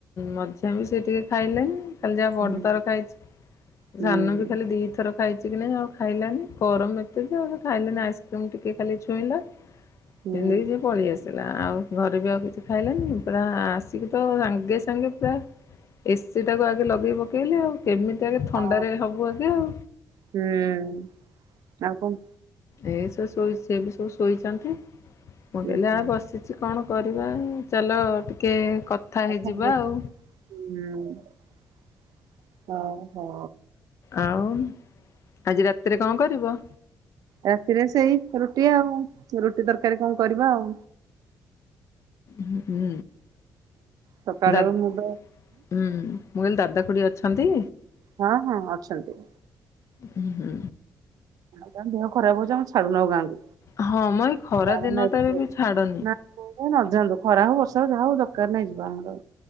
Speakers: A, on the left (about 45°); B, on the right (about 70°).
A: ମଝିଆ ବି ସେ ଟିକେ ଖାଇଲେନି। ଖାଲି ଯାହା
B: ହୁଁ।
A: ବଡ ତାର ଖାଇଛି
B: ହୁଁ
A: ସାନ ବି ଖାଲି ଦିଥର ଖାଇଛି କି ନାଇଁ ଆଉ ଖାଇଲାନି ଗରମ ଏତେ ଯେ ଆଉ ଖାଇଲାନି ଆଇସ୍କ୍ରିମ ଟିକେ ଖାଲି ଛୁଇଁଲା
B: ହୁଁ
A: । ହେଲେବି ସେ ପଳି ଆସିଲା ଆଉ ଘରେ ବି ଆଉ କିଛି ଖାଇଲାନି ପୁରା ଆସିକି ତ ସାଙ୍ଗେ ସାଙ୍ଗେ ପୁରା ଏସିି ଟାକୁ ଆଗେ ଲଗେଇ ପକେଇଲି ଆଉ । କେମିତି ଆଗେ ଥଣ୍ଡା
B: ହଁ
A: ରେ ହବୁ ଆଗେ ଆଉ।
B: ହୁଁ ଆଉ କଣ
A: ଏଇସବୁ ଶୋଇ ସେ ବି ସବୁ ଶୋଇଛନ୍ତି ମୁଁ
B: ଉଁ
A: କହିଲି
B: ହୁଁ
A: ଆଉ ବସିଛି କଣ କରିବା ଚାଲ ଟିକେ କଥା
B: ହଁ
A: ହେଇଯିବା ଆଉ
B: ହଉ ହଉ।
A: ଆଉ ଆଜି ରାତିରେ କଣ କରିବ?
B: ରାତିରେ ସେଇ ରୁଟି ଆଉ ରୁଟି ତରକାରୀ କଣ କରିବା ଆଉ।
A: ହୁଁ।
B: ସକାଳେ
A: ଦା
B: ମୁଁ ତ
A: ହୁଁ ମୁଁ କହିଲି ଦାଦା କୁଡି ଅଛନ୍ତି?
B: ହଁ ହଁ ଅଛନ୍ତି।
A: ହୁଁ।
B: ତାଙ୍କ ଦେହ ଖରା ହଉଛ ଆମେ ଛାଡୁନାହୁଁ ଗାଁକୁ।
A: ହଁ ମ ଏଇ ଖରା
B: ଛାଡୁନାନ୍ତୁ
A: ଦିନଟାରେ ବି ଛାଡନି।
B: ପୁଅକୁ ଖରା ହଉ ବର୍ଷା ହଉ ଯାହା ହଉ ଦରକାର ନାହିଁ ଜିବା ଆମର